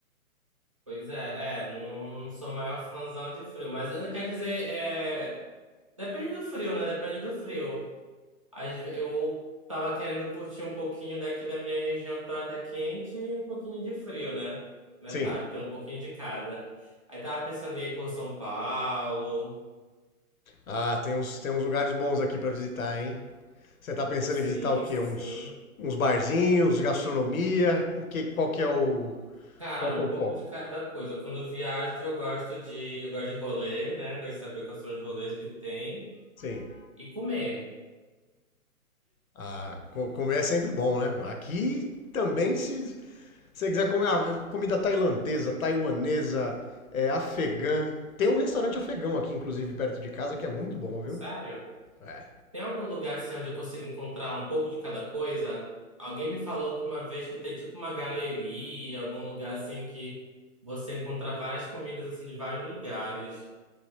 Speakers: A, on the right; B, on the left.
A: Pois é, é, não sou maior fãzão de frio, mas eh, quer dizer, é, depende do frio, né? Depende do frio. Às ve- Eu tava querendo curtir um pouquinho daqui da minha região que tá tá quente e um pouquinho de frio, né? Metade,
B: Sim.
A: tem um pouquinho de cada. Aí tava pensando em ir por São Paulo.
B: Ah, tem uns, tem uns lugares bons aqui pra visitar, hein? Você tá pensando
A: Sim,
B: em visitar o quê?
A: sim.
B: Uns, uns barzinhos, gastronomia? Que, qual que é o,
A: Cara,
B: qual que
A: um
B: é o
A: pouco
B: foco?
A: de cada coisa. Quando eu viajo, eu gosto de, eu gosto de rolê, né? Gosto de saber quais são os rolês que tem
B: Sim.
A: e comer.
B: Ah, co- comer é sempre bom, né? Aqui também se, Se você quiser comer ah, comida tailandesa, taiwanesa, é, afegã. Tem um restaurante afegão aqui, inclusive, perto de casa, que é muito bom, viu?
A: Sério?
B: É.
A: Tem algum lugar assim onde eu consigo encontrar um pouco de cada coisa? Alguém me falou que uma vez que tem tipo uma galeria, algum lugar assim que você encontra várias comidas assim de vários lugares.